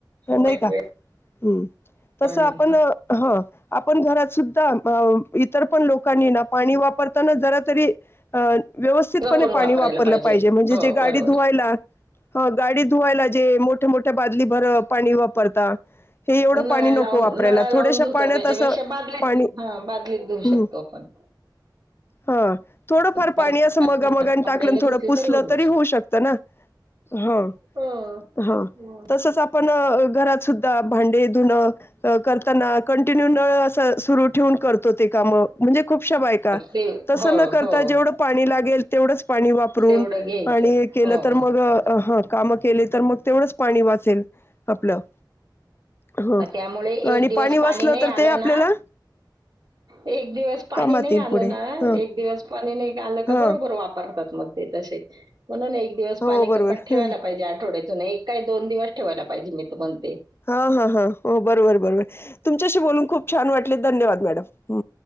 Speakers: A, on the left; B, on the right.
A: नाही
B: वाईट
A: का हम्म
B: वेळ
A: तसं
B: नाही
A: आपण हा आपण घरात सुद्धा इतर पण लोकांनी ना पाणी वापरताना जरा तरी अ व्यवस्थितपणे
B: जपून
A: पाणी
B: वापरायला
A: वापरलं पाहिजे म्हणजे
B: हो
A: जे गाडी
B: बरोबर
A: धुवायला हा गाडी धुवायला जे मोठ्या मोठ्या बादली भर पाणी वापरता हे एवढं
B: नळ्या
A: पाणी नको
B: लावून
A: वापरायला
B: नळ्या लावून
A: थोड्याशा
B: धुता
A: पाण्यात
B: त्याच्यापेक्षा
A: असं
B: बादलीत
A: पाणी
B: हा बादलीत घेऊ
A: हम्म
B: शकतो आपण.
A: हा थोडंफार
B: बादली
A: पाणी असं मगा मगने टाकलं
B: कपड्याने
A: थोडं
B: धुतली
A: पुसलं
B: होऊन
A: तरी होऊ शकतं ना. हा
B: जातं
A: हा
B: हो
A: तसच आपण पण घरात सुद्धा भांडे धुणं करताना कंटिन्यू नळ असं सुरू ठेवून करतो ते काम म्हणजे खूपशा बायका
B: ते
A: तसं
B: हो
A: न करता
B: हो
A: जेवढं पाणी लागेल तेवढंच पाणी वापरून
B: तेवढं घ्यायचं
A: आणि केलं
B: हो
A: तर मग हा काम केले तर मग तेवढंच पाणी वाचेल आपलं. ह
B: त्यामुळे
A: आणि
B: एक दिवस
A: वाचलं
B: पाणी नाही
A: तर
B: आलं
A: ते आपल्याला
B: ना एक दिवस पाणी
A: कामात
B: नाही
A: येईल
B: आलं
A: पुढे
B: ना
A: ह
B: एक दिवस पाणी नाही आलं का
A: ह
B: बरोबर वापरतात मग त म्हणून एक दिवस
A: हो
B: पाणी
A: बरोबर
B: कपट ठेवायला
A: ह
B: पाहिजे आठवड्यात त्यांना एक काही दोन दिवस ठेवायला पाहिजे मी तर म्हणते
A: हा हा हा हो बरोबर बरोबर तुमच्याशी बोलून खूप छान वाटले धन्यवाद मॅडम